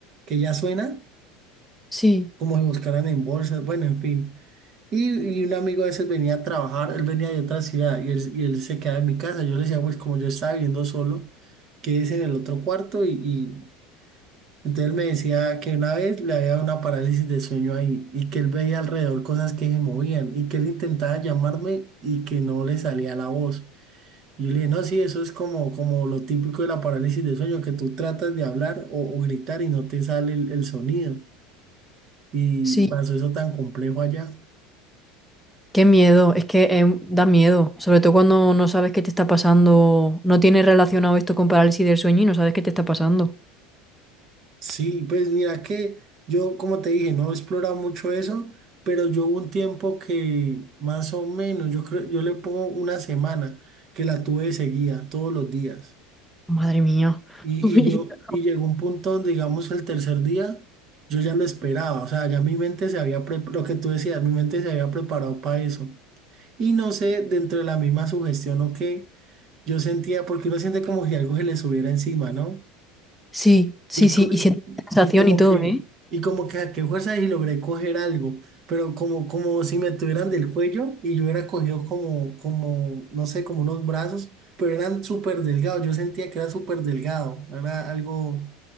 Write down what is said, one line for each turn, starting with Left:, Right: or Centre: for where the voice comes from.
Right: que ya suena
Centre: sí,
Right: como si buscaran en bolsas, bueno, en fin. Y, y un amigo a veces venía a trabajar, él venía de otra ciudad y él, y él se quedaba en mi casa. Yo le decía, pues como yo estaba viviendo solo, quédese en el otro cuarto y, y- entonces él me decía que una vez le había dado una parálisis de sueño ahí y que él veía alrededor cosas que se movían y que él intentaba llamarme y que no le salía la voz. Y yo le dije, no, sí, eso es como, como lo típico de la parálisis de sueño, que tú tratas de hablar o, o gritar y no te sale el, el sonido. Y
Centre: sí.
Right: pasó eso tan complejo allá.
Centre: Qué miedo, es que eh, da miedo, sobre todo cuando no sabes qué te está pasando, no tienes relacionado esto con parálisis del sueño y no sabes qué te está pasando.
Right: Sí, pues mira que yo, como te dije, no he explorado mucho eso, pero yo hubo un tiempo que más o menos, yo creo, yo le pongo una semana que la tuve de seguida todos los días.
Centre: Madre mía.
Right: Y,
Centre: <laughs>
Right: y yo, y llegó un punto donde, digamos, el tercer día, yo ya lo esperaba, o sea, ya mi mente se había, pre- lo que tú decías, mi mente se había preparado para eso. Y no sé, dentro de la misma sugestión o qué, yo sentía, porque uno siente como si algo se le subiera encima, ¿no?
Centre: Sí, sí,
Right: Y,
Centre: sí,
Right: co-
Centre: y
Right: y,
Centre: sientes sensación
Right: y como
Centre: y todo,
Right: que,
Centre: ¿eh?
Right: y como que a qué fuerza y logré coger algo, pero como, como si me tuvieran del cuello y yo hubiera cogido como, como, no sé, como unos brazos, pero eran súper delgados, yo sentía que era súper delgado, era algo,